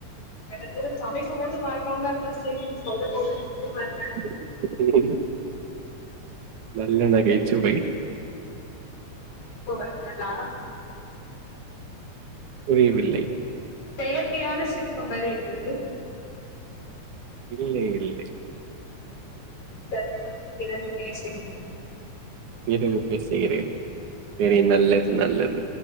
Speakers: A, on the left; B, on the right.
A: ரெண்டு பேரூ மைக்கும் போது மறக்காமருந்தா செரி சொல்லு போது மட்டும்
B: <inaudible>
A: மறந்தே
B: நல்ல நகைச்சுவை
A: சிரிப்பு வந்ததா
B: புரியவில்லை
A: செயற்கையான சிரிப்பு மாரி இருந்துது
B: இல்லை இல்லை
A: சரி நான் பிறகு பேசுகிறேன்
B: பிறகு பேசுகிறீர் செரி நல்லது நல்லது